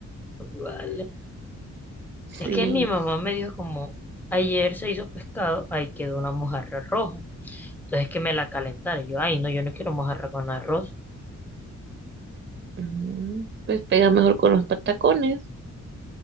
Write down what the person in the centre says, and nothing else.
Vale.
Es que mi mamá me dijo como, ayer se hizo pescado, ahí quedó una mojarra roja. Entonces que me la calentara. Y yo, ay, no, yo no quiero mojarra con arroz.